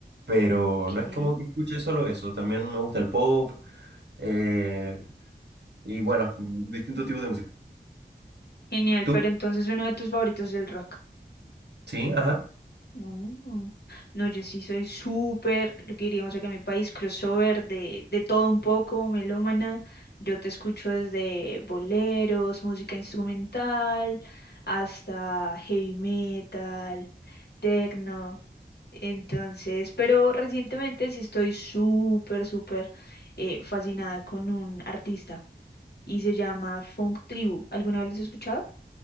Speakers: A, on the right (about 70°); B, on the left (about 65°).
A: pero
B: ¿Qué?
A: no es como que escuche solo eso, también me gusta el pop eh, y bueno, mm, distintos tipos de música.
B: Genial,
A: ¿Tú?
B: pero entonces uno de tus favoritos es el rock.
A: Sí, ajá.
B: No, no, yo sí soy súper, lo que diríamos acá en mi país, crossover de, de todo un poco, melómana. Yo te escucho desde boleros, música instrumental, hasta heavy metal, techno. Entonces, pero recientemente sí estoy súper, súper eh, fascinada con un artista y se llama Funk Tribu. ¿Alguna vez lo has escuchado?